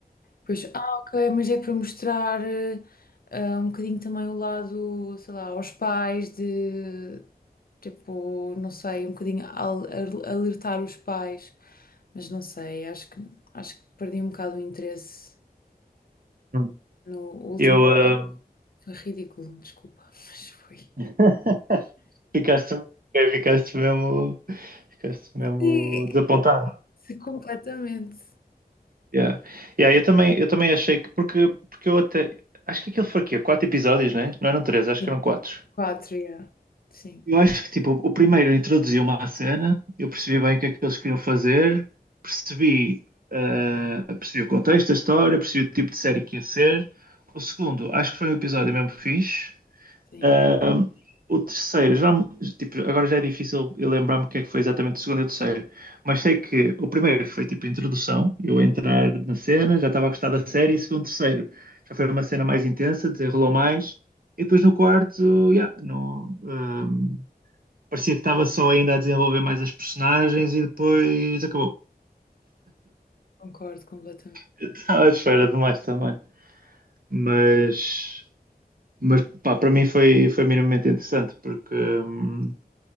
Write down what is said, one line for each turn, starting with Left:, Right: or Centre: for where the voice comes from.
Left: Pois, ah, ok, mas é para mostrar eh, ah, um bocadinho também o lado, sei lá, aos pais de, tipo, não sei, um bocadinho al- al- alertar os pais, mas não sei, acho que, acho que perdi um bocado o interesse
Right: uhum.
Left: no último,
Right: Eu, eh,
Left: foi ridículo, desculpa, <laughs> mas foi.
Right: <laughs> ficaste, eh, ficaste mesmo, ficaste mesmo
Left: Sim.
Right: desapontado.
Left: Sim, completamente.
Right: Yeah. Yeah, eu também, eu também achei que, porque, porque eu até, acho que aquilo foi aqui, quatro episódios, né? Não eram três, acho
Left: Sim.
Right: que eram quatro.
Left: Quatro, yeah. Sim,
Right: Eu acho que, tipo, o primeiro introduziu-me à cena, eu percebi bem o que é que eles queriam fazer, percebi, eh, percebi o contexto, a história, percebi o tipo de série que ia ser. O segundo, acho que foi um episódio mesmo fixe,
Left: sim,
Right: Ahm, o terceiro, já, tipo, agora já é difícil eu lembrar-me o que é que foi exatamente o segundo e o terceiro, mas sei que o primeiro foi tipo introdução, eu entrar na cena, já estava a gostar da série, e segundo, terceiro, já foi uma cena mais intensa, desenrolou mais, e depois no quarto, yeah, não, ahm, parecia que estava só ainda a desenvolver mais as personagens e depois acabou.
Left: concordo completamente.
Right: <laughs> Estava à espera demais também. Mas, mas pá, para mim foi, foi minimamente interessante, porque. hum,